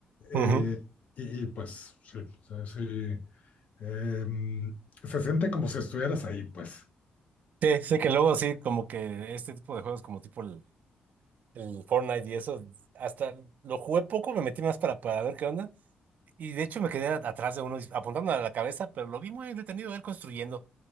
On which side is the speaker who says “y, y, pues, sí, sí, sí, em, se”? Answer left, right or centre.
Left